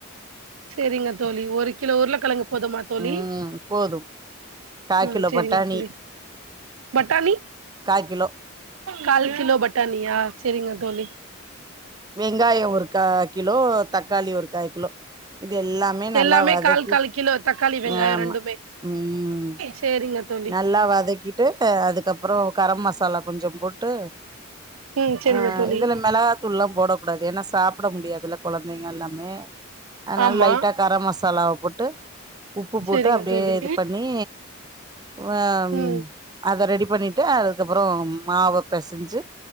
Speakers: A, on the right (about 75°); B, on the right (about 20°).
A: சேரிங்க தோழி ஒரு கிலோ உருளக்கிழங்கு போதுமா தோழி
B: ம் போதும் கா
A: ம்
B: கிலோ
A: சேரிங்க
B: பட்டாணி
A: தோழி பட்டாணி
B: கா கிலோ
A: கால் கிலோ பட்டாணியா சரிங்க தோழி
B: வெங்காயோ ஒரு கா கிலோ தக்காளி ஒரு காய்கிலோ இது எல்லாமே நல்லா
A: எல்லாமே
B: வதக்கி
A: கால் கால் கிலோ தக்காளி வெங்காயோ
B: ஆ ஆமா
A: ரெண்டுமே
B: ம்
A: சேரிங்க தோழி
B: நல்லா வதக்கிட்டு ப அதுகப்ரோ கரம் மசாலா கொஞ்சோ போட்டு
A: ம் சேரிங்க
B: ஆஹ்
A: தோழி
B: இதுல மெலகாத்தூள் எல்லா போடக்கூடாது ஏன்னா சா பப்ட முடியாதுல கொலந்தைங்க எல்லாமே அதனால
A: ஆமா
B: லைட்டா கரம் மசாலாவ போட்டு ட்டு உப்பு போட்டு
A: சேரிங்க
B: அப்டியே
A: தோழி
B: இது பண்ணி வா உம்
A: ம்
B: அத ரெடிப் வரின் டு அதுகப்ரோ மாவ பேசஞ்சி